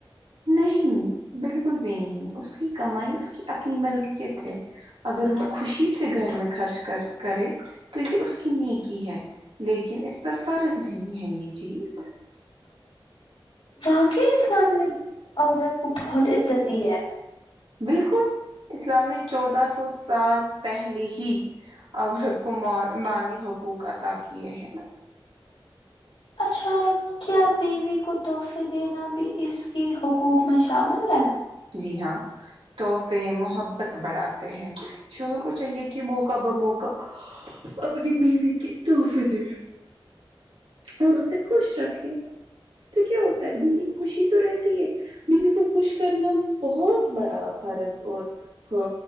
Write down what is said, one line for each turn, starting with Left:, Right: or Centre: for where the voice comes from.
Right: نہیں بالکل بھی نہیں اس کی کمائی اس کی اپنی ملکیت ہے اگر وہ خوشی سے گھر میں خرچ کر کرے تو یہ اس کی نیکی ہے لیکن اس پر فرض نہیں ہے یہ چیز
Left: واقعی اسلام نے عورت کو بہت عزت دی ہے
Right: بالکل اسلام نے چودہ سو سال پہلے ہی عورت کو مالی حقوق عطا کیے ہیں
Left: اچھا کیا بیوی کو تحفے دینا بھی اس کے حقوق میں شامل ہے
Right: جی ہاں تحفے محبت بڑھاتے ہیں شوہر کو چاہیے کہ موقع بہ موقع اپنی بیوی کی توحفے دے اور اسے خوش رکھے اس سے کیا ہوتا ہے بیوی خوشی تو رہتی ہے بیوی کو خوش کرنا بہت بڑا فرض اور آ